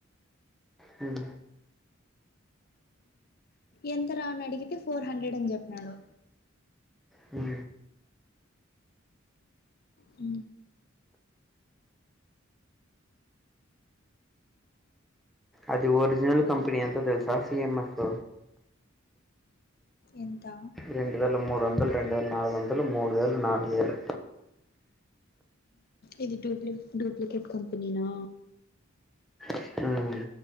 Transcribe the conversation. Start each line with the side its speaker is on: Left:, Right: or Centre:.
Centre: అ.
Left: ఎంత రా అని అడిగితే ఫోర్ హండ్రెడ్ అని చెప్పినడు.
Centre: అ.
Left: అ.
Centre: అది ఒరిజినల్ కంపెనీ ఎంతో తెలుసా సి ఎం ఎఫ్.
Left: ఎంత.
Centre: రెండు వేల మూడు వందలు రెండు వేల నాలుగు వందలు మూడు వేలు నాలుగు వేలు.
Left: ఇది డూప్లి డూప్లికేట్ కంపెనీనా.
Centre: వేలు